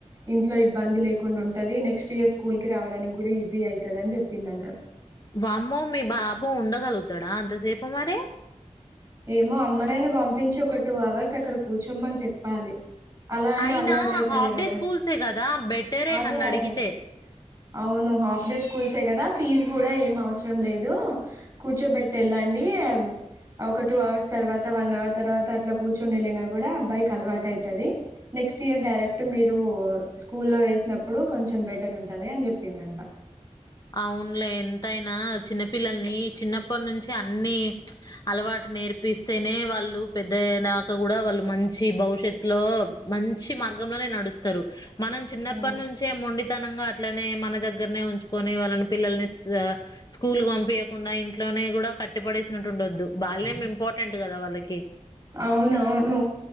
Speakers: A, on the right; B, on the left.
A: ఇంట్లో ఇబ్బంది లేకుండా ఉంటది నెక్స్ట్ ఇయర్ స్కూల్ కి రావడానికి కూడా ఈజీ అయితది అని చెప్పిందంట
B: బమ్మ మీ బాబు ఉండగలుగుతాడా అంతసేప మరే
A: ఏమో అమ్మనైనా పంపించి ఒక టూ అవర్స్ అక్కడ కూర్చోమ్మని చెప్పాలి అలా
B: అయినా
A: అలవాటు అయితది
B: హాఫ్
A: కదా
B: డే స్కూల్సే కదా బెటరే
A: అదే
B: నన్ను అడిగితే
A: అదే అవును హాఫ్ డే స్కూల్సే కదా ఫీజు కూడా ఏం అవసరం లేదు కూర్చోబెట్టి వెళ్ళండి ఒక టూ అవర్స్ తర్వాత వన్ అవర్ తర్వాత అట్లా కూర్చొని వెళ్ళినా కూడా అబ్బాయికి అలవాటు అవుతుంది నెక్స్ట్ ఇయర్ డైరెక్ట్ మీరు స్కూల్లో వేసినప్పుడు కొంచెం బెటర్ ఉంటుంది ఉంటదే అని చెప్పింది అంత
B: అవునులే ఎంతయినా చిన్నపిిల్లల్ని చిన్నప్పటి నుంచి అన్ని అలవాటు నేర్పిస్తేనే వాళ్ళు పెద్దయ్య దాకా కూడా వాళ్ళు మంచి భవిష్యత్తులో మంచి మార్గ లో నడుస్తారు మనం చిన్నప్పటి
A: ఉమ్
B: నుంచే మొండితనంగా అట్లనే మన దగ్గర అక్కడనే వుంచు కని వాళ్ళని పిల్లల్ని స్కూల్ పంపించకుండా ఇంట్లోనే కూడా కట్టి పడేసినటు ఉండొద్దు బాల్యం ఇంపార్ ఫ్రెండ్ కదా వాళ్ళకి
A: అవునవును